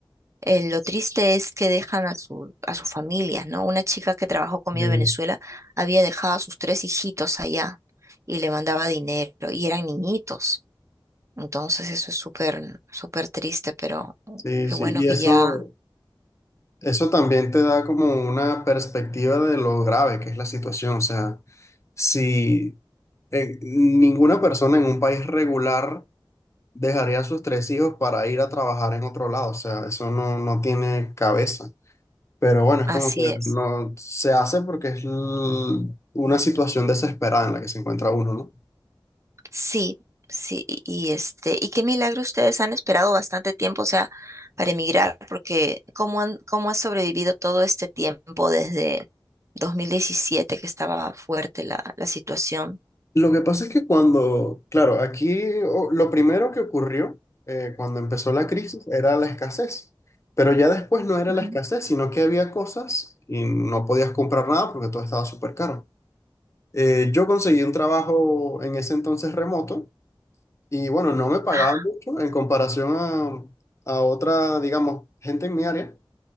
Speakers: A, on the right (about 35°); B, on the left (about 35°).
A: Eh, lo triste es que dejan a su, a sus familias, ¿no? Una chica que trabajó conmigo
B: Sí,
A: en Venezuela había dejado a sus tres hijitos allá y le mandaba dinero y eran niñitos. Entonces eso es súper, súper triste, pero
B: sí,
A: qué
B: sí.
A: bueno
B: Y
A: que
B: eso,
A: ya
B: eso también te da como una perspectiva de lo grave que es la situación. O sea, si eh, ninguna persona en un país regular dejaría a sus tres hijos para ir a trabajar en otro lado. O sea, eso no, no tiene cabeza. Pero bueno, es
A: así
B: como que
A: es.
B: no se hace porque es l- una situación desesperada en la que se encuentra uno, ¿no?
A: Sí, sí, y, y este, y qué milagro ustedes han esperado bastante tiempo, o sea, para emigrar, porque ¿cómo han, cómo ha sobrevivido todo este tiempo desde 2017 que estaba fuerte la, la situación?
B: Lo que pasa es que cuando, claro, aquí o- lo primero que ocurrió eh, cuando empezó la crisis era la escasez, pero ya después no era
A: Ujú.
B: la escasez, sino que había cosas y no podías comprar nada porque todo estaba súper caro. Eh, yo conseguí un trabajo en ese entonces remoto y bueno, no me pagaba
A: Ah,
B: mucho en comparación a, a otra, digamos, gente en mi área,